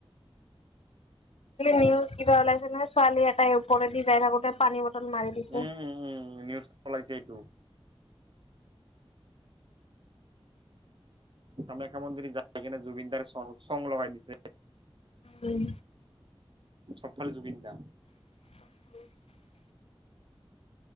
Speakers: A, on the left (about 80°); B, on the right (about 55°).
A: নিউজ কিবা ওলাইছে ন, ছোৱালী এটাই ওপৰেদি যাই থাকোতে পানী বটল মাৰি দিছে।
B: উম উম, নিউজ উলাইছে এইটো। কামাখ্যা মন্দিৰ যায় কিনে জুবিনদাৰ চংগ লগাই দিছে।
A: উম।
B: চবফালে জুবিন দা।
A: <unintelligible>